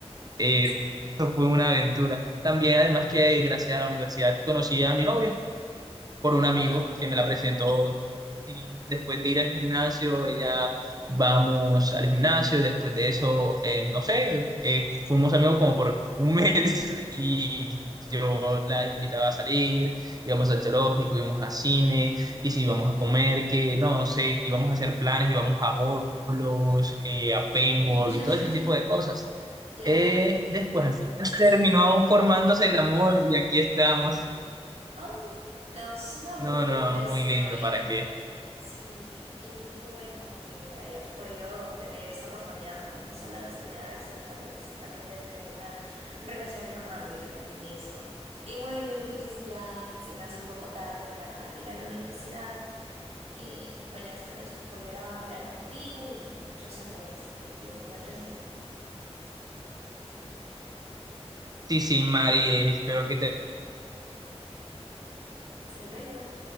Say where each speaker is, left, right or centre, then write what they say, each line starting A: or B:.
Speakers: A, on the right; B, on the right.
A: Eh, eso fue una aventura. También, además que eh, gracias a la universidad conocí a mi novia por
B: Ah,
A: un amigo
B: qué bonito.
A: que me la presentó. Y después de ir al gimnasio, ella vamos al gimnasio. Después de eso, eh, no sé, eh, fuimos amigos como por un mes <laughs> y yo la invitaba a salir, íbamos al zoológico, íbamos a cine, y si íbamos a comer, que no sé, íbamos a hacer planes, íbamos a bolos, eh, a paintball
B: <laughs>
A: y todo ese tipo de cosas.
B: Claro.
A: Eh, después al final terminó formándose el amor y aquí estamos.
B: Oh, no, es una
A: No,
B: muy bonita
A: no,
B: historia.
A: muy lindo, ¿para qué?
B: Sí, y qué bueno que hayas podido tener esta oportunidad, ¿no? No solo de estudiar, sino tal vez también de tener una relación romántica en el mismo. Y bueno, Luis, ya se me hace un poco tarde para ir a la universidad. Y bueno, espero volver a hablar contigo y muchos saludos. Que te encuentres bien.
A: Sí, sí, Mari, eh, espero que te
B: Hasta luego.